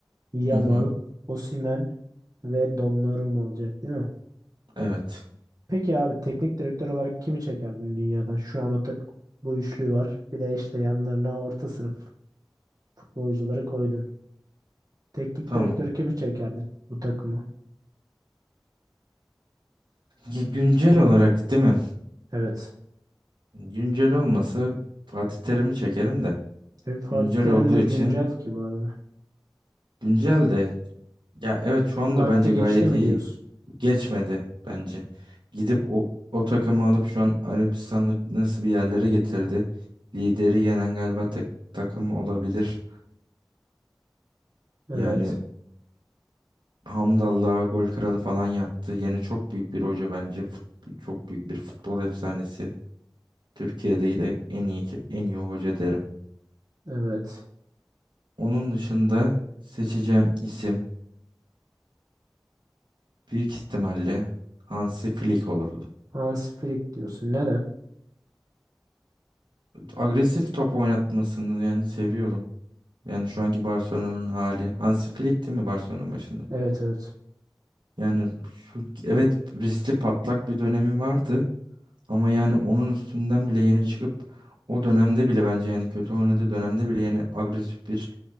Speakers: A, on the right (about 50°); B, on the right (about 70°).
A: Yamal,
B: hı hı
A: Osimhen ve Donnarumma olacak değil mi?
B: evet
A: Peki abi teknik direktör olarak kimi çekerdin dünyadan? Şu an o ta- bu üçlü var. Bir de işte yanlarına orta sınıf futbolcuları koydun. Teknik
B: tamam.
A: direktör kimi çekerdin bu takımı?
B: Ya Güncel olarak değil mi?
A: Evet.
B: Güncel olmasa Fatih Terim'i çekerim de.
A: E, Fatih
B: Güncel
A: Terim
B: olduğu
A: de
B: için
A: güncel ki bu arada.
B: güncel de Ya evet şu anda
A: Vakti
B: bence
A: geçti
B: gayet
A: mi
B: iyi.
A: diyorsun?
B: Geçmedi bence. Gidip o, o takımı alıp şu an Arabistan'ı nasıl bir yerlere getirdi. Lideri yenen galiba tek takım olabilir.
A: Evet.
B: Yani Hamdallah'a gol kralı falan yaptı. Yani çok büyük bir hoca bence. Fut- çok büyük bir futbol efsanesi. Türkiye'de de en iyi ki- en iyi hoca derim.
A: Evet.
B: Onun dışında seçeceğim isim büyük ihtimalle Hansi Flick olurdu.
A: Hans Flick diyorsun. Neden?
B: Agresif top oynatmasını yani seviyorum. Yani şu anki Barcelona'nın hali. Hansi Flick değil mi Barcelona'nın başında?
A: Evet evet.
B: Yani şu- evet riskli patlak bir dönemi vardı. Ama yani onun üstünden bile yeni çıkıp o dönemde bile bence yani kötü oynadığı dönemde bile yani agresif bir